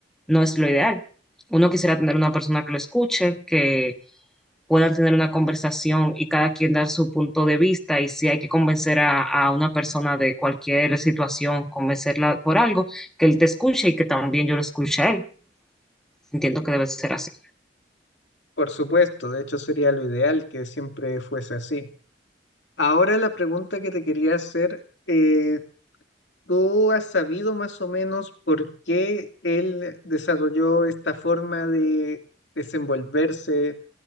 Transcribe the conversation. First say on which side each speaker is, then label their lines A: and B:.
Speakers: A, in the centre; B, on the left.
A: no es lo ideal. Uno quisiera tener una persona que lo escuche, que puedan tener una conversación y cada quien dar su punto de vista y si hay que convencer a, a una persona de cualquier situación, convencerla por algo, que él te escuche y que también yo lo escuche a él. Entiendo que debe ser así.
B: Por supuesto, de hecho sería lo ideal que siempre fuese así. Ahora la pregunta que te quería hacer, eh, ¿tú has sabido más o menos por qué él desarrolló esta forma de desenvolverse?